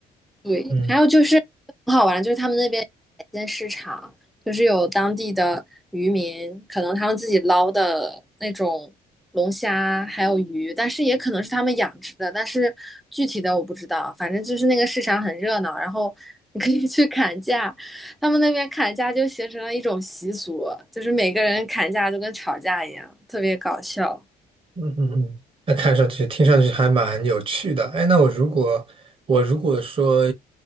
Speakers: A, in the centre; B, on the right.
A: 对，
B: 嗯。
A: 还有就是很好玩，就是他们那边海鲜市场，就是有当地的渔民，可能他们自己捞的那种龙虾还有鱼，但是也可能是他们养殖的，但是具体的我不知道。反正就是那个市场很热闹，然后你可以去砍价，他们那边砍价就形成了一种习俗，就是每个人砍价就跟吵架一样，特别搞笑。
B: 嗯嗯嗯，那看上去、听上去还蛮有趣的。哎，那我如果我如果说